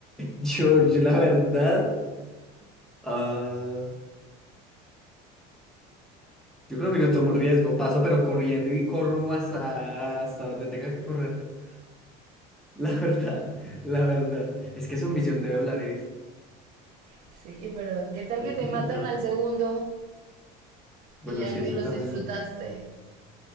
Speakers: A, in the centre; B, on the right (about 45°).
A: Yo, yo la verdad, ah, yo creo que yo tomo el riesgo. Paso pero corriendo y corro hasta, hasta donde tenga que correr. <laughs> La verdad, la verdad. Es que es un millón de dólares.
B: Sí, pero ¿qué tal
A: Un
B: que te
A: millón
B: matan
A: de dólares.
B: al segundo
A: Bueno,
B: y ya
A: sí,
B: ni
A: eso
B: los
A: también.
B: disfrutaste?